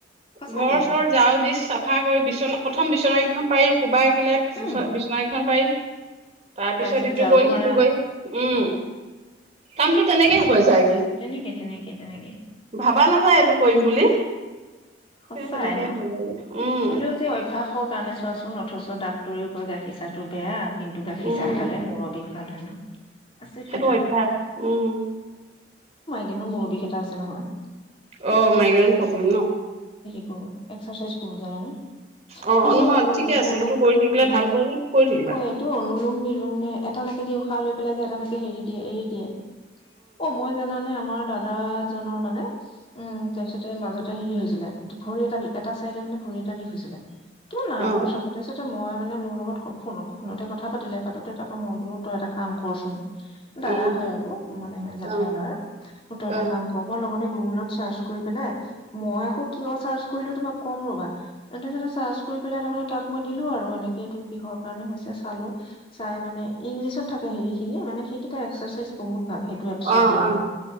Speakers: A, on the left; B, on the right.
A: সঁচাকে
B: ঘৰ চৰ যাও দি, চাফা কৰি বিচনা পত প্ৰথম বিচননাকেইখন পাৰি কোবাই কিলাই
A: উম
B: বিচনাকেইখন পাৰি <inaudible> তাৰ
A: তাৰপিছত
B: পিছত ইটো
A: ঝাৰু
B: কৈ
A: মাৰা
B: সিটো কৈ উম। কামটো তেনেকে হৈ যায় গে।
A: তেনেকে তেনেকে তেনেকে
B: ভাবা নাযায় এইটো কৰিম বু বুলি
A: সঁচাই
B: কিন্তু, তেনেকেই
A: ন
B: হৈ যায়গে। উম
A: হ'লেও যে অভ্যাসৰ কাৰণে চোৱাচোন অথচ ডাক্তৰেও কয় গাখীৰ চা চাহটো বেয়া। কিন্তু, গাখীৰ
B: উম
A: চাহ খালে মূৰৰ বিষ ভাল হয় ন'। আচৰিত
B: সেইটো
A: কথা
B: অভ্যাস উম।
A: কিন্তু মোৰ অভিজ্ঞতা আছে নহয়।
B: অ', মাইগ্ৰেন প্ৰ'ব্লেম ন'।
A: অহ' এক্সাৰচাইজ ক কৰো জানানে।
B: অ
A: এই যে
B: নহয়
A: অনু-অনু
B: ঠিকে আছে সেইটো কৰি থাকিলে
A: উম,
B: ভাল পোৱা যদি কৰি
A: কি
B: থাকিবা
A: কয় এইটো অনুলোম নিলুম নে এটা নাকেদি উশাহ লৈ <unintelligible> এটা নাকে যে এৰি দিয়ে এৰি দিয়ে। অ'- মই জানানে আমাৰ দাদা এজনৰ মানে উম, তাৰ পিছতে মাজত হেৰি হৈছিলে এইটো ভৰি এটা দি এটা তাইৰ মানে ভৰি এটা বিষ হৈছিলে। তোৰ নাভৰ
B: অ
A: চাকতে চোন মই মানে মোৰ লগত ফোনত ফোনতে কথা পাতিলে পাতোতে তাৰপৰা মই বোলো তই এটা কাম ক'ৰচোন।
B: উম
A: দাদা হয় আৰু মানে জেঠাইৰ
B: অ
A: ল'ৰা তই
B: অ
A: এটা কাম কৰ মই লগতে গ ফোনত চাৰ্জ কৰি পেলাই মই আকৌ কিয় চাৰ্জ কৰিলো তোমাক কম ৰ'বা <unintelligible> চাৰ্জ কৰি পেলাই তাৰ মানে তাক মই দিলো আৰু এনেকে এইটো কিহৰ কাৰণে হৈছে চালো। চাই মানে ইংলিছত থাকে হেৰিখিনি মানে সেইকেইটা এক্সাৰচাইজ বহুত ভাল সেইটো এপছত
B: অ
A: দিয়াখিনি।
B: অ